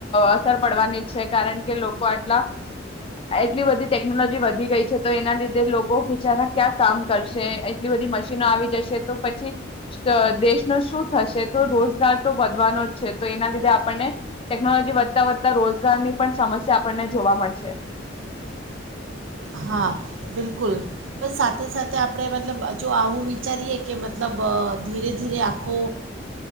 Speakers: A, on the left; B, on the right.
A: અસર પડવાની જ છે કારણ કે લોકો આટલા એટલી બધી ટેકનોલોજી વધી ગઈ છે તો એના દીધે લોકો બચારા ક્યાં કામ કરશે એટલી બધી મશીનો આવી જશે તો પછી દેશનો શું થશે તો રોજગાર તો વધવાનો જ છે. તો એના લીધે આપણને ટેકનોલોજી વધતા-વધતા રોજગારની પણ સમસ્યા આપણને જોવા મળશે.
B: હા બિલકુલ પણ સાથે સાથે આપણે મતલબ જો આવું વિચારીએ કે મતલબ ધીરે-ધીરે આખો